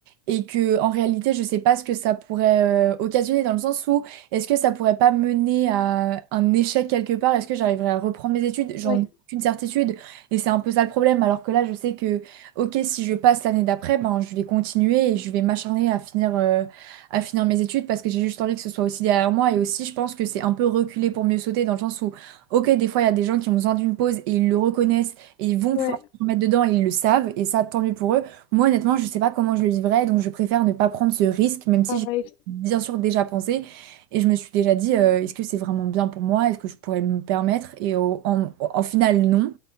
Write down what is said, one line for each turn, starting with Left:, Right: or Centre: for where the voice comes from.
Right: et que en réalité, je sais pas ce que ça pourrait euh, occasionner dans le sens où est-ce que ça pourrait pas mener à un échec quelque part? Est-ce que j'arriverai à reprendre mes études? J'en
Left: Ouais,
Right: ai aucune certitude et c'est un peu ça le problème. Alors que là, je sais que, ok, si je passe l'année d'après, ben, je vais continuer et je vais m'acharner à finir, euh, à finir mes études parce que j'ai juste envie que ce soit aussi derrière moi et aussi, je pense que c'est un peu reculer pour mieux sauter dans le sens où, ok, des fois, il y a des gens qui ont besoin d'une pause et ils le reconnaissent et ils vont
Left: ouais,
Right: pouvoir se remettre dedans et ils le savent. Et ça, tant mieux pour eux. Moi, honnêtement, je ne sais pas comment je le vivrais. Donc, je préfère ne pas prendre ce risque, même si
Left: pareil.
Right: j'ai bien sûr déjà pensé. Et je me suis déjà dit, euh, est-ce que c'est vraiment bien pour moi? Est-ce que je pourrais me permettre? Et au, en, en final, non.